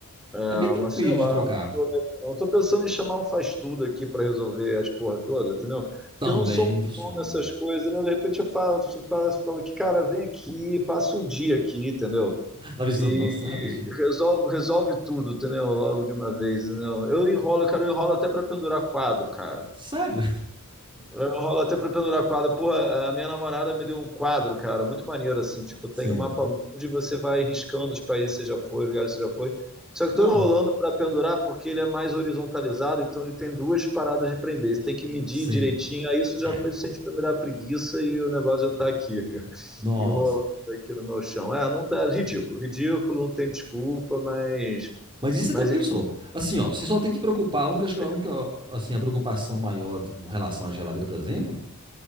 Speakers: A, in the centre; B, on the right.
A: É,
B: É bem tranquilo
A: mas sei lá,
B: de trocar.
A: eu tô pensando em chamar um faz-tudo aqui pra resolver as porra toda, entendeu? Porque
B: Também
A: eu não sou muito
B: funciona.
A: bom nessas coisas, né? De repente eu falo, eu falo, eu falo que, cara, vem aqui, passa um dia aqui, entendeu?
B: Ela vez
A: E
B: nossa, rapidinho.
A: resolve, resolve tudo, entendeu? Logo de uma vez, entendeu? Eu enrolo, cara, eu enrolo até pra pendurar quadro, cara.
B: Sério?
A: Eu rolo até pra pendurar quadro. Porra, a minha namorada me deu um quadro, cara, muito maneiro, assim. Tipo, tem
B: Sim.
A: o mapa mundo e você vai riscando os países que você já foi, os lugares que você já foi. Só que
B: Não.
A: tô enrolando pra pendurar porque ele é mais horizontalizado, então ele tem duas paradas de prender. Você tem que medir
B: Sim.
A: direitinho. Aí isso já
B: É.
A: foi suficiente pra me dar preguiça e o negócio já tá aqui, <laughs>
B: Nossa.
A: enrolando aqui no meu chão. É, não tá é ridículo. Ridículo, não tem desculpa, mas.
B: Mas isso é
A: Mas.
B: tranquilo,
A: é
B: só. Assim, ó, você só tem que preocupar. A única, acho que
A: legal.
B: a única, assim, a preocupação maior do- com relação à geladeira, por exemplo,